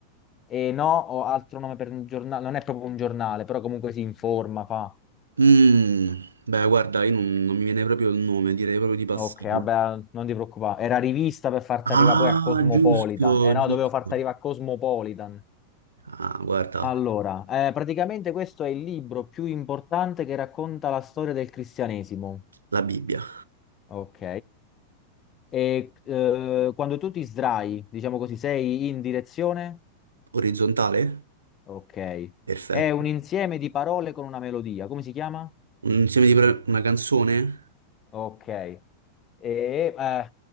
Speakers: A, on the left; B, on the right.
A: E no, ho altro nome per un giornale, non è proprio un giornale, però comunque si informa, fa...
B: Mm, beh, guarda, io non, non mi viene proprio il nome, direi proprio di passarlo.
A: Ok, vabbè, non ti preoccupare. Era rivista per farti
B: Ah,
A: arrivare poi a Cosmopolitan.
B: giusto,
A: Eh no,
B: giusto.
A: dovevo farti arrivare a Cosmopolitan.
B: Ah, guarda,
A: Allora, eh, praticamente questo è il libro più importante che racconta la storia del cristianesimo,
B: la Bibbia.
A: ok? E eh, quando tu ti sdrai, diciamo così, sei in direzione,
B: Orizzontale?
A: ok?
B: Perfetto.
A: È un insieme di parole con una melodia, come si chiama?
B: Un insieme di pre- una canzone?
A: Ok. E, eh,